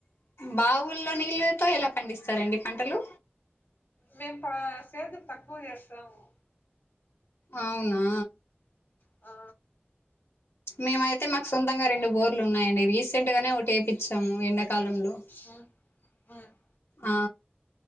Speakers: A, on the left (about 85°); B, on the left (about 50°).
A: బావుల్లో నీళ్ళతో ఎలా పండిస్తారండి పంటలు
B: మేము ప సేద్యం తక్కువ చేస్తాము
A: అవునా
B: ఆ
A: మేమైతే మాకు సొంతంగా రెండు బోర్లు ఉన్నాయండి రీసెంట్గానే ఒకటి ఎపిచ్చాము ఎండాకాలంలో
B: వ బ <inaudible>
A: ఆ